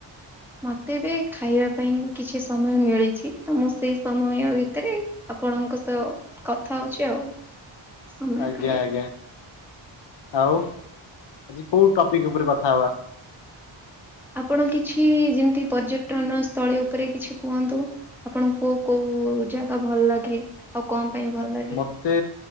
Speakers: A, in the centre; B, on the left.
A: ମତେ ବି ଖାଇବା ପାଇଁ କିଛି ସମୟ ମିଳିଚି। ତ ମୁଁ ସେଇ ସମୟ ଭିତରେ ଆପଣଙ୍କ ସହ କଥା ହଉଛି ଆଉ। ସମୟ
B: ଆଜ୍ଞା
A: କାଢି
B: ଆଜ୍ଞା। ଆଉ ଆଜି କୋଉ ଟପିକ୍ ଉପରେ କଥା ହେବା।
A: ଆପଣ କିଛି ଯେମିତି ପର୍ଯ୍ୟଟନ ସ୍ଥଳୀ ଉପରେ କିଛି କୁହନ୍ତୁ? ଆପଣ କ କୋଉ କୋଉ ଜାଗା ଭଲଲାଗେ ଆଉ କଣ ପାଇଁ ଭଲ ଲାଗେ
B: ମତେ